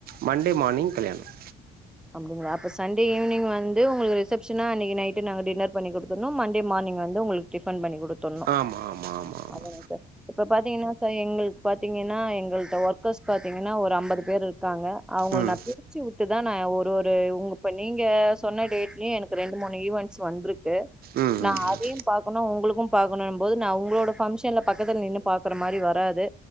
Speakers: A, on the right; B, in the centre.
A: மண்டே மார்னிங் கல்யாணம்
B: அப்பிடிங்களா அப்ப சண்டே ஈவினிங் வந்து உங்குளுக்கு ரிசப்ஷனு அன்னைக்கு நைட்டு நாங்க டின்னர் பண்ணி குடுக்கணு மண்டே மார்னிங் வந்து உங்களுக்கு டிஃபன் பண்ணி குடு த்தர்னு
A: ஆமா, ஆமா, ஆமா, ஆமா.
B: அதானே சார் இப்ப பாத்தீங்கன்னா சார் எங்களு பாத்தீங்கன்னா எங்கள்ட்ட ஒர்க்கர்ஸ் பாத்தீங்கன்னா ஒரு அம்பது பேர் இருக் காங்க அவங்கள
A: ம்.
B: நா பிரிச்சு வுட்டு <unintelligible> ஒரு உங்க இப்போ நீங்க சொன்ன டேட்லயையு எனக்கு ரெண்டு மூணு ஈவென்ட்ஸ் வந்துருக்கு
A: ம்,
B: நா
A: ம், ம்.
B: அதையு பாக்கணு உங்குளுக்கு பாக்கணுன் போது நா உங்களோட ஃபங்ஷன்ல பக்கத்தில நின்னு பாக்கற மாரி வராது